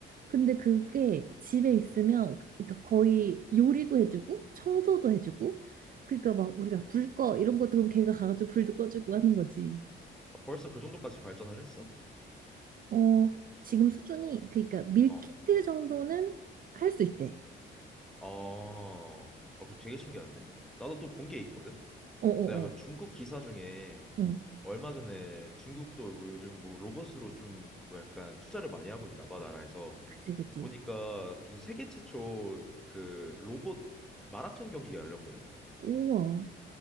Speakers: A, on the right; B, in the centre.
A: 근데 그게 집에 있으면 그러니까 거의 요리도 해주고 청소도 해주고 그러니까 막 우리가 불 꺼 이런 것도 그럼 걔가 가가지고 불도 꺼주고 하는 거지.
B: 아, 벌써 그 정도까지 발전을 했어?
A: 어, 지금 수준이 그러니까 밀키트
B: 어.
A: 정도는 할 수 있대.
B: 어. 어, 그거 되게 신기한데? 나도 또 본 게 있거든?
A: 어, 어,
B: 내가 그
A: 어.
B: 중국 기사 중에
A: 응.
B: 얼마 전에 중국도 뭐 요즘 뭐 로봇으로 좀뭐 약간 투자를 많이 하고 있나 봐, 나라에서.
A: 그지, 그지.
B: 보니까 무슨 세계 최초 그 로봇 마라톤 경기가 열렸거든?
A: 우와.